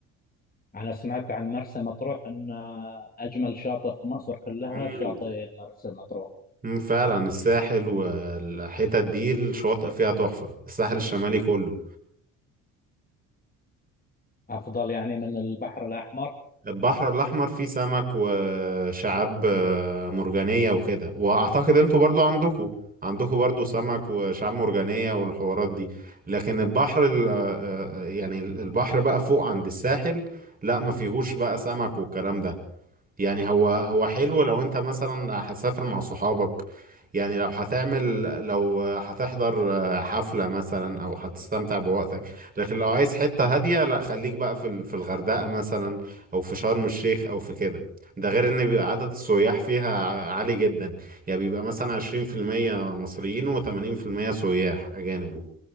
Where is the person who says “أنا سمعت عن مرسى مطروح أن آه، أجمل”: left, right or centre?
Left